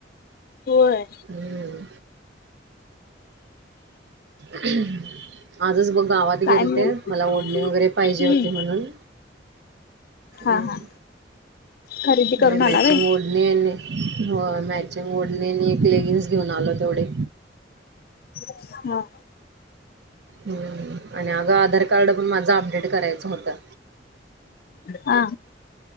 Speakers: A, on the left; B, on the right.
A: होय
B: हम्म. ह <unintelligible> आजच बघ गावात
A: काय
B: गेल
A: मग
B: ते मला ओढणी वगैरे पाहिजे
A: हम्म
B: होती म्हणून हम्म.
A: हा हा खरेदी करून
B: म्हणजे मॅचिंग
A: आला होय.
B: हो मॅचिंग ओढनी एक लेगिन्स घेऊन आलो तेवढे,
A: हा
B: हम् आणि अगं आधार कार्ड पण माझं अपडेट करायचे होतं
A: हा